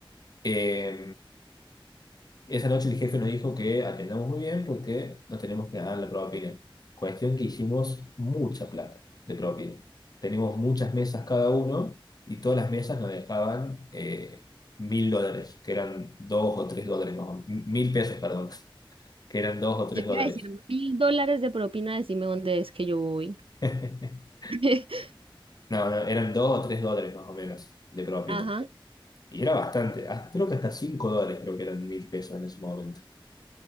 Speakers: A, on the left (about 45°); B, on the right (about 80°).
A: Eh, Esa noche el jefe nos dijo que atendamos muy bien porque nos tenemos que dar la propina. Cuestión que hicimos mucha plata de propina. Teníamos muchas mesas cada uno y todas las mesas nos dejaban eh, mil dólares, que eran dos o tres dólares más o menos. M- Mil pesos, perdón, <laughs> que eran dos o tres
B: Yo te
A: dólares.
B: iba a decir mil dólares de propina, decime dónde es que yo voy.
A: <laughs>
B: <laughs>
A: No, no, eran dos o tres dólares más o menos de propina.
B: Ajá.
A: Y era bastante, hasta- creo que hasta cinco dólares creo que eran mil pesos en ese momento.